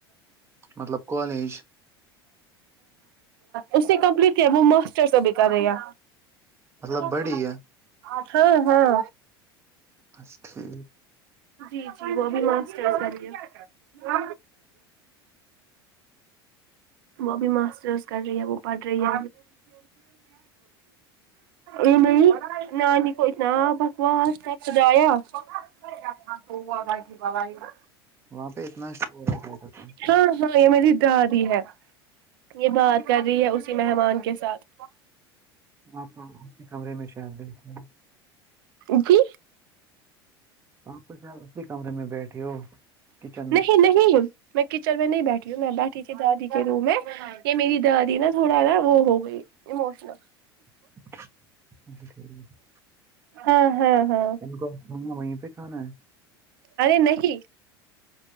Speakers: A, on the right; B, on the right.
A: مطلب کالج
B: اس نے کمپلیٹ کیا وہ ماسٹرز ابھی کر رہی ہے
A: مطلب
B: ہاں
A: بڑی ہے
B: ہاں
A: بس ٹھیک
B: جی جی وہ بھی ماسٹرز کر رہی ہے وہ بھی ماسٹرز کر رہی ہے وہ پڑھ رہی ہے ا نہیں نانی کو اتنا بکواس نے ک جایا ک کو ب با گا <unintelligible>
A: وہاں پہ اتنا شور ہوتا ہے قسم سے۔
B: ہاں ہاں یہ میری دادی ہے یہ بات کر رہی ہے اسی مہمان کے ساتھ
A: آپ اسی کمرے میں شاید دیکھ رہے ہو
B: جی
A: آاںپ شل اسی کمرے میں بیٹھے ہو کچن میں
B: نہیں نہیں میں کچن میں نہیں بیٹھی ہوں میں بیٹھی تھی دادی کے روم میں یہ میری دادی نا تھوڑا نا وہ ہو گئی ایموشنل
A: اچہا ٹھیک ہے
B: ہوں ہوں ہوں
A: روکو ہمنے وہیں پہ کھانا ہے
B: ارے نہیں